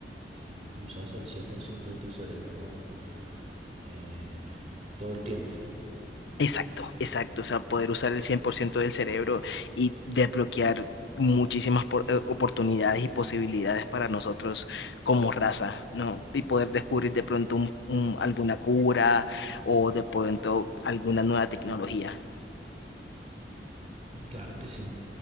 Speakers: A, on the right; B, on the left.
A: Sí. Usas el 100% de tu cerebro eh, todo el tiempo.
B: Exacto, exacto. O sea, poder usar el 100% del cerebro y desbloquear muchísimas por- eh, oportunidades y posibilidades para nosotros como raza, ¿no? Y poder descubrir de pronto un- un- alguna cura o de pronto alguna nueva tecnología.
A: Claro que sí.